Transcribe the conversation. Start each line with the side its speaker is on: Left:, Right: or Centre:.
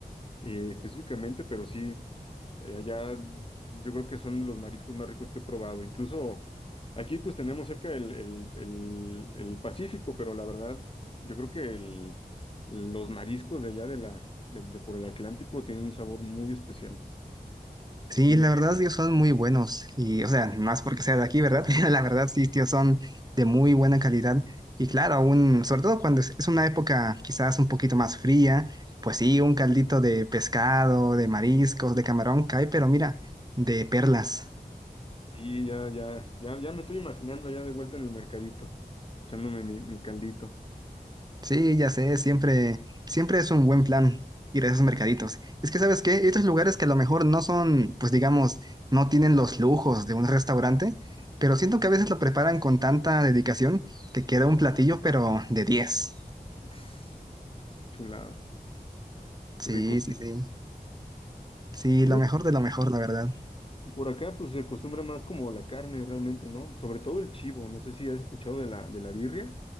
Left: eh, específicamente, pero sí, eh, allá yo creo que son de los mariscos más ricos que he probado. Incluso aquí pues tenemos cerca el, el, el, el Pacífico, pero la verdad yo creo que el, los mariscos de allá de la, de, de por el Atlántico tienen un sabor muy especial.
Right: Sí,
Left: Que sí,
Right: la
Left: me,
Right: verdad, ellos son muy buenos. Y, o sea, no es porque sea de aquí, ¿verdad? <laughs> La verdad, sí, tío, son de muy buena calidad. Y claro, aún, sobre todo cuando es es una época quizás un poquito más fría, pues sí, un caldito de pescado, de mariscos, de camarón cae, pero mira, de perlas.
Left: sí, ya, ya, ya, ya me estoy imaginando allá de vuelta en el mercadito, echándome mi, mi caldito.
Right: Sí, ya sé, siempre, siempre es un buen plan ir a esos mercaditos. Es que, ¿sabes qué? Estos lugares que a lo mejor no son, pues digamos, no tienen los lujos de un restaurante, pero siento que a veces lo preparan con tanta dedicación que queda un platillo, pero de diez.
Left: Tss, Chulada,
Right: Sí,
Left: qué rico.
Right: sí, sí. Sí,
Left: Sí,
Right: lo mejor de lo mejor, la verdad.
Left: Por acá, pues se acostumbra más como la carne realmente, ¿no? Sobre todo el chivo. No sé si has escuchado de la, de la birria.